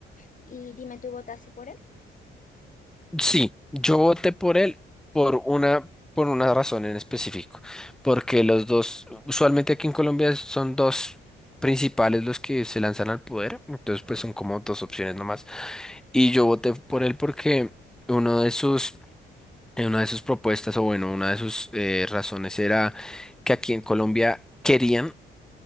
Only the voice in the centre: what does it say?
Sí, yo voté por él por una, por una razón en específico, porque los dos, usualmente aquí en Colombia son dos principales los que se lanzan al poder, entonces pues son como dos opciones nomás. Y yo voté por él porque uno de sus eh, Una de sus propuestas, o bueno, una de sus eh, razones era que aquí en Colombia querían